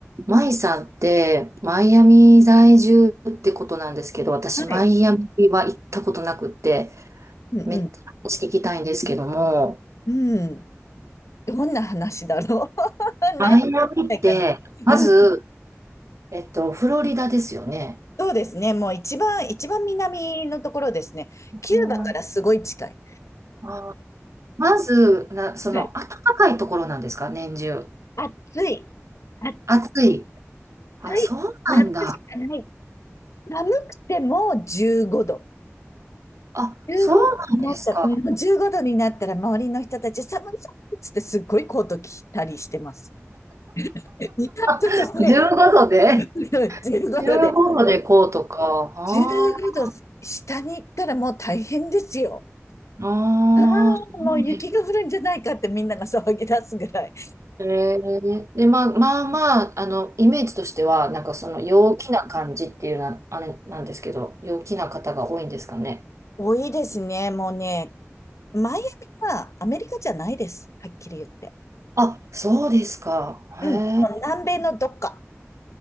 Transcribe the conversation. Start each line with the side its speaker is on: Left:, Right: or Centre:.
Right: マイさんって、マイアミ在住ってことなんですけど、私、
Left: はい。
Right: マイアミは行ったことなくって、
Left: うんうん。
Right: めっちゃ話聞きたいんですけども、
Left: うん。どんな話だろう <laughs>
Right: マイアミって、
Left: 何たいかな。
Right: まず、
Left: うん。
Right: えっと、フロリダですよね。
Left: そうですね。もう一番、一番南のところですね。
Right: うん、
Left: キューバからすごい近い。
Right: あー、まず、な、その、
Left: はい。
Right: 暖かいところなんですか、年中。
Left: 暑い。暑
Right: 暑い。あ、
Left: い。
Right: そうなんだ。
Left: 夏しかない。寒くても15度。
Right: あ、
Left: 15度になったら、
Right: そうなんですか。
Left: もうもう15度になったら周りの人たち寒い寒いっつってすっごいコート着たりしてます。<laughs> いや、ちょっとそれ、
Right: <laughs> 15度で
Left: <laughs> 15度で。
Right: ?15 度でこうとか。あー
Left: 15度下に行ったらもう大変ですよ。
Right: あー、
Left: ああ、
Right: そうです
Left: もう雪が降るんじゃないかってみんなが騒ぎ出すぐらい。
Right: えー、で、まあ、まあまあ、あの、イメージとしては、なんかその陽気な感じっていうな、あれなんですけど、陽気な方が多いんですかね。
Left: 多いですね、もうね。マイアミはアメリカじゃないです。はっきり言って。
Right: あ、そうですか。へえ。
Left: うん。もう南米のどっか。